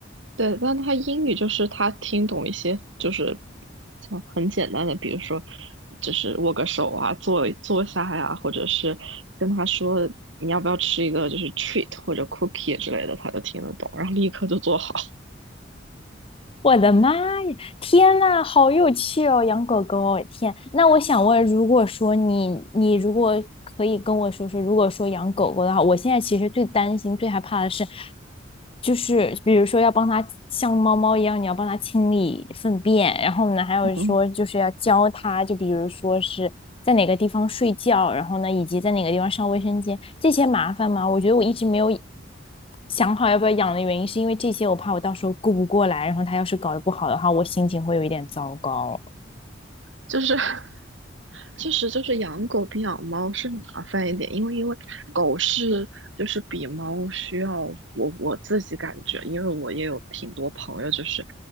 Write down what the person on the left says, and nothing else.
我的妈呀！天呐，好有趣哦，养狗狗哦！天，那我想问，如果说你，你如果可以跟我说说，如果说养狗狗的话，我现在其实最担心、最害怕的是，就是比如说要帮它像猫猫一样，你要帮它清理粪便，然后呢，还有说就是要教它，
就比如说是在哪个地方睡觉，然后呢，以及在哪个地方上卫生间，这些麻烦吗？我觉得我一直没有。想好要不要养的原因，是因为这些我怕我到时候顾不过来，然后它要是搞得不好的话，我心情会有一点糟糕。